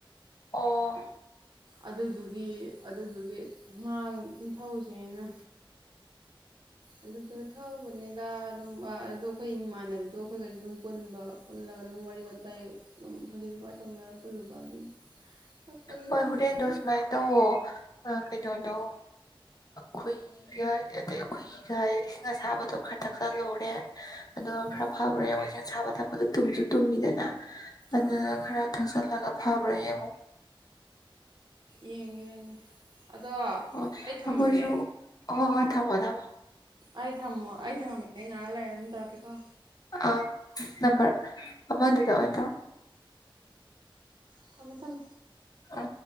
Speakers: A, on the left (about 45°); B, on the right (about 55°).
A: ꯑꯣ
B: ꯑꯗꯨꯗꯨꯒꯤ ꯑꯗꯨꯗꯨꯒꯤ ꯃꯥ ꯅꯤꯡꯊꯧꯁꯦꯅ ꯑꯗꯨꯗꯣ ꯊꯧꯕꯅꯦꯒ ꯑꯗꯨꯝ ꯑꯗꯨꯗꯣ ꯑꯩꯈꯣꯏ ꯏꯃꯥꯟꯅꯕꯤꯗꯣ ꯑꯩꯈꯣꯏꯒꯁꯨ ꯑꯗꯨꯝ ꯄꯨꯟꯕ ꯄꯨꯜꯂꯒ ꯑꯗꯨꯝ ꯋꯥꯔꯤ ꯋꯥꯇꯥꯏ ꯑꯗꯨ ꯐꯖꯅꯃꯥꯏꯅ ꯇꯧꯅꯔ ꯄꯨꯜꯂꯨꯕ ꯑꯗꯨꯝ ꯊꯛꯄꯗꯤ
A: ꯍꯣꯏ
B: ꯐꯝꯃꯒ
A: ꯍꯣꯔꯦꯟꯗꯣ
B: ꯑꯗꯨꯝ
A: ꯁꯨꯃꯥꯏꯅ ꯇꯧꯋꯣ ꯀꯩꯗꯧꯅꯤ ꯑꯗꯣ ꯈꯨꯍꯤꯒ ꯑꯗꯩ ꯈꯨꯍꯤꯒ ꯏꯁꯤꯡ ꯑꯁꯥꯕꯗꯣ ꯈꯔ ꯊꯛꯆꯜꯍꯧꯔꯦ ꯑ
B: ꯎꯝ
A: ꯈꯔ ꯐꯕꯔ꯭ꯔꯦ ꯃꯣꯏꯖꯦꯟ ꯁꯥꯕ ꯇꯄꯗꯣ ꯇꯨꯝꯁꯨ ꯇꯨꯝꯃꯤꯗꯅ ꯑꯗꯨꯅ
B: ꯍꯣꯏ ꯍꯣꯏ
A: ꯈꯔ ꯊꯛꯆꯤꯜꯂꯒ ꯐꯥꯕ꯭ꯔꯥ ꯌꯦꯡꯉꯨ
B: ꯌꯦꯒꯦꯦ ꯑꯗꯣ
A: ꯑꯣ
B: ꯑꯩ ꯊꯝꯃꯒꯦ
A: ꯑꯩꯈꯣꯏꯁꯨ ꯍꯣꯏ ꯍꯣꯏ ꯊꯝꯃꯣ ꯊꯝꯃꯣ
B: ꯑꯩ ꯊꯝꯃꯣ ꯑꯩ ꯊꯝꯃꯒꯦ ꯑꯩ ꯉꯥꯏꯍꯥꯛ ꯂꯩꯔꯝ ꯇꯧꯀꯦꯀꯣ
A: ꯑꯥ ꯅꯝꯕꯔ ꯑꯗꯨꯗ <inaudible>
B: ꯊꯃꯦ ꯊꯃꯦ
A: ꯑ